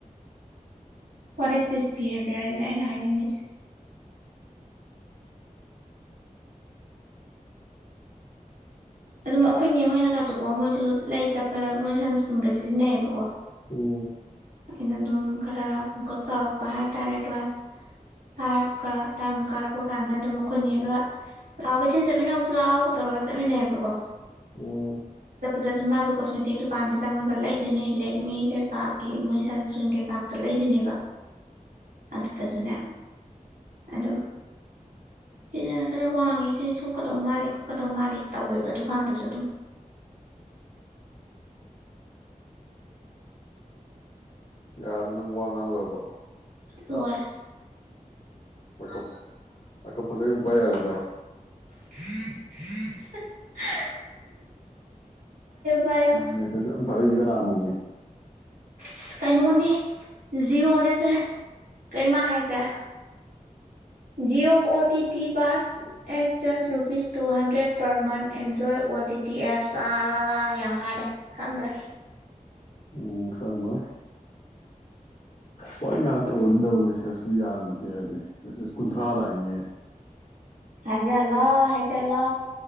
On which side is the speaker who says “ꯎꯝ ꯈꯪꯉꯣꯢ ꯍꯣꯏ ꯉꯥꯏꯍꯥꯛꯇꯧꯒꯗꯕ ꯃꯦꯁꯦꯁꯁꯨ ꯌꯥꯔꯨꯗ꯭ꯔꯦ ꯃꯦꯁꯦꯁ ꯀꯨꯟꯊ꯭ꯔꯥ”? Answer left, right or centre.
Left